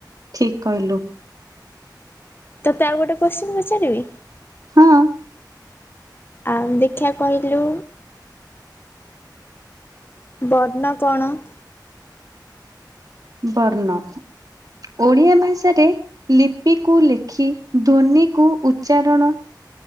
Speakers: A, on the right; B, on the left.
A: ଠିକ୍ କହିଲୁ।
B: ତୋତେ ଆଉ ଗୋଟେ କୋଶ୍ଚିନ୍ ପାଚାରିବି?
A: ହଁ
B: ଆଉ ଦେଖିଆ କହିଲୁ? ବର୍ଣ୍ଣ କଣ?
A: ବର୍ଣ୍ଣ। ଓଡ଼ିଆ ଭାଷାରେ ଲିପିକୁ ଲେଖି ଧ୍ୱନିକୁ ଉଚ୍ଚାରଣ